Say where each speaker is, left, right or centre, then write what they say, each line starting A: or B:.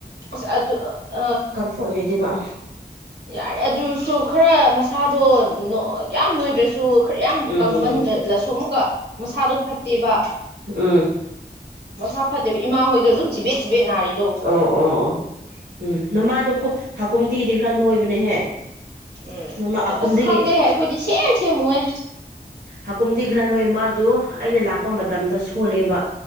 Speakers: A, on the right (about 80°); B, on the right (about 65°).
A: ꯁ ꯑꯗꯨ ꯑꯗꯨ
B: ꯀꯟꯐ ꯑꯣꯏꯗꯤꯕ
A: ꯌꯥꯔꯦ ꯑꯗꯨꯁꯨ ꯈꯔ ꯃꯁꯥꯗꯣ ꯌꯥꯝ ꯅꯣꯏꯗ꯭ꯔꯁꯨ ꯁꯨ ꯈꯔ ꯌꯥꯝ
B: ꯎꯝ
A: ꯀꯪꯃꯟꯗꯂꯁꯨ ꯑꯃꯨꯛꯀ ꯃꯁꯥꯗꯣ ꯐꯠꯇꯦꯕ
B: ꯎꯝ
A: ꯃꯁꯥ ꯐꯠꯇꯦꯕ ꯏꯃꯥꯍꯣꯏꯗꯣ ꯑꯗꯨꯝ ꯆꯤꯕꯦꯠ ꯆꯤꯦ ꯅꯥꯔꯤꯅꯤ
B: ꯑꯣ ꯑꯣ ꯑꯣ ꯎꯝ ꯅꯃ ꯑꯗꯨ ꯍꯥꯀꯨꯝꯗꯤꯒꯤꯗꯤ ꯈꯔ ꯅꯣꯏꯕꯅꯦꯍꯦ
A: ꯎꯝ
B: ꯅꯣꯡꯃ
A: ꯑꯗꯣ
B: ꯍꯀꯨꯝꯗꯤ
A: ꯑꯁ ꯈꯪꯗꯦ ꯑꯩꯈꯣꯏꯗꯤ ꯁꯦꯝ ꯁꯦꯝꯃꯨꯍꯦ
B: ꯍꯥꯀꯨꯝꯗꯤ ꯈꯔ ꯅꯣꯏ ꯃꯥ ꯑꯗꯨ ꯑꯩꯅ ꯂꯥꯛꯄ ꯃꯇꯝꯗ ꯁꯣꯜꯂꯦꯕ